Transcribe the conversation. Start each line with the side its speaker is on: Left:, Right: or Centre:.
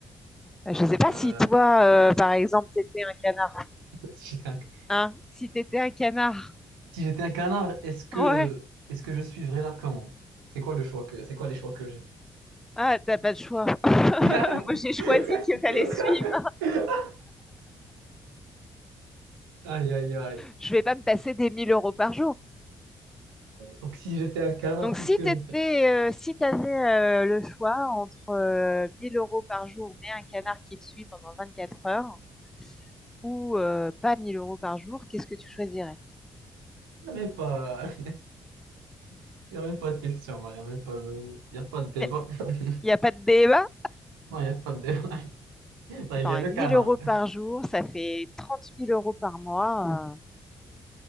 Centre: Je ne sais pas
Right: Euh,
Centre: si toi, euh, par exemple, t'étais un canard.
Right: <laughs> si quelqu'un.
Centre: Hein? Si t'étais un canard.
Right: Si j'étais un canard, est-ce que
Centre: Ouais.
Right: est-ce que je suivrais la commande? C'est quoi le choix que c'est quoi les choix que j'ai?
Centre: Ah, t'as pas de choix. <laughs>
Right: <laughs>
Centre: Moi, j'ai choisi que t'allais suivre.
Right: Aïe aïe aïe.
Centre: Je vais pas me passer des 1000 euros par jour.
Right: Donc si j'étais un canard,
Centre: Donc,
Right: qu'est-ce
Centre: si
Right: que
Centre: t'étais,
Right: je fais?
Centre: euh, si t'avais euh, le choix entre euh, 1000 euros par jour, mais un canard qui te suit pendant 24 heures, ou euh, pas 1000 euros par jour, qu'est-ce que tu choisirais?
Right: Il n'y a même pas <laughs> y a même pas de question là, il n'y a même pas de y a pas de débat.
Centre: Mais
Right: <laughs>
Centre: Il n'y a pas de débat?
Right: Non, il n'y a pas de débat. <laughs> Là,
Centre: Attends,
Right: il y a
Centre: hein,
Right: le
Centre: 1000
Right: canard.
Centre: euros par jour, ça fait trente mille euros par mois. euh,